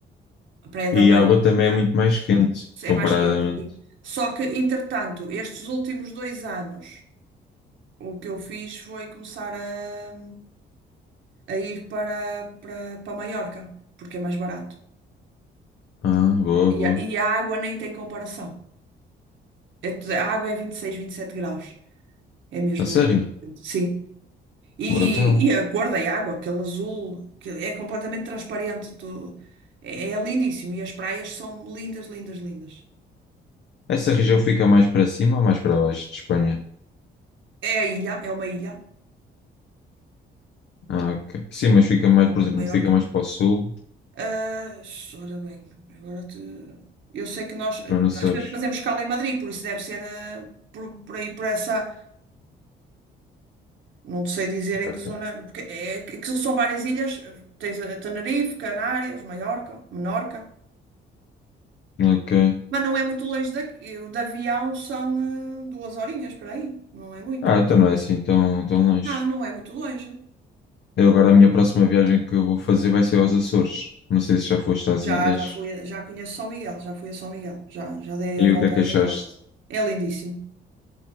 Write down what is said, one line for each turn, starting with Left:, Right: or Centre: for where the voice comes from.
Right: a Praia da
Left: E
Right: Marinha.
Left: a água também é muito mais quente,
Right: É
Left: comparadamente.
Right: mais quente, sim. Só que, entretanto, estes últimos dois anos, o que eu fiz foi começar a, a ir para, para, para Maiorca, porque é mais barato.
Left: Ah, boa, boa.
Right: E a, e a água nem tem comparação. É tu- a água é 26, sete graus. É mesmo.
Left: A sério?
Right: Sim. E, e-
Left: Brutal.
Right: e a cor da água, aquele azul, que é completamente transparente. tu- É, é lindíssimo. E as praias são lindas, lindas, lindas.
Left: Essa região fica mais para cima ou mais para baixo de Espanha?
Right: É a ilha, é uma ilha.
Left: Ah, ok. Sim, mas fica mais,
Right: Palma
Left: por exemplo,
Right: de Maiorca.
Left: fica mais para o sul.
Right: Ah, ora bem, agora te... eu sei que nós eh,
Left: Tu não sabes.
Right: às vezes fazemos escala em Madrid, por isso deve ser ah, por, por aí, por essa. Não sei dizer em
Left: Ok.
Right: que zona, porque é, aquilo são várias ilhas. Tens a Tenerife, Canárias, Maiorca, Menorca.
Left: Ok.
Right: Mas não é muito longe daqui. De avião são eh, duas horinhas para aí. Não é muito.
Left: Ah, então não é assim tão, tão longe.
Right: Não, não é muito longe.
Left: Eu agora a minha próxima viagem que eu vou fazer vai ser aos Açores. Não sei se já foste às
Right: Já,
Left: ilhas.
Right: já fui, a- já conheço São Miguel, já fui a São Miguel, já, já dei a
Left: E
Right: volta
Left: o que é que
Right: aí
Left: achaste?
Right: a toda. É lindíssimo,